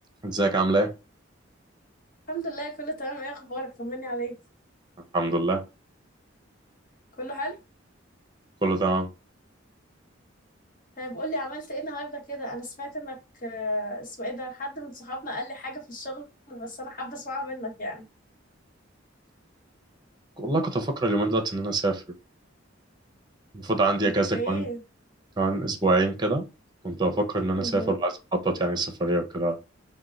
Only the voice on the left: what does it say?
الحمد لله كله تمام ايه اخبارك طمني عليك
كله حلو
طيب قول لي عملت ايه النهارده كده انا سمعت انك آه، اسمه ايه ده حد من صحابنا قال لي حاجه في الشغل بس انا حابه اسمعها منك يعني
اوكي
مهم.